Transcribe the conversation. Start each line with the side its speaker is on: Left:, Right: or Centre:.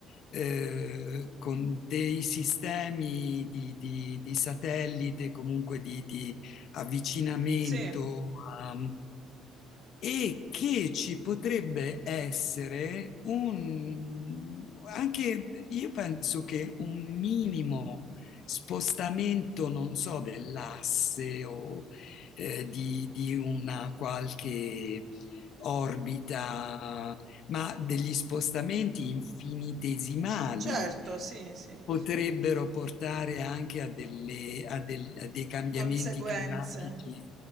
Left: eh, con dei sistemi di, di- di satellite, comunque di, di avvicinamento
Right: Sì,
Left: a- e che ci potrebbe essere un, anche io penso che un minimo spostamento, non so, dell'asse o eh, di, di una qualche orbita, ma degli spostamenti infinitesimali
Right: certo, sì, sì.
Left: potrebbero portare anche a, delle- a del- a dei cambiamenti
Right: Conseguenze.
Left: climatici